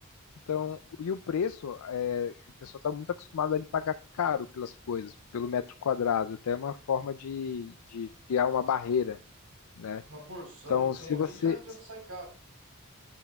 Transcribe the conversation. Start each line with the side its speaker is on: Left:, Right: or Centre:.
Left: Então, e o preço, é, o pessoal está muito acostumado a pagar caro pelas coisas, pelo metro quadrado, até uma forma de, de criar uma barreira, né?
Right: Uma porção,
Left: Então,
Right: então,
Left: se
Right: ali
Left: você,
Right: já, já sai caro.